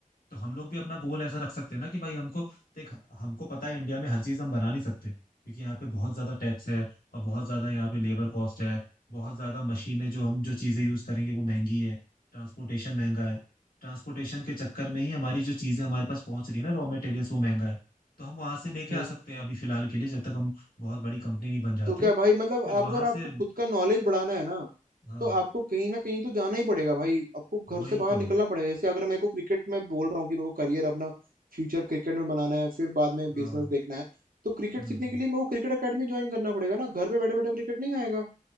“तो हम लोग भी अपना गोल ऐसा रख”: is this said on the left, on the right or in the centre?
Left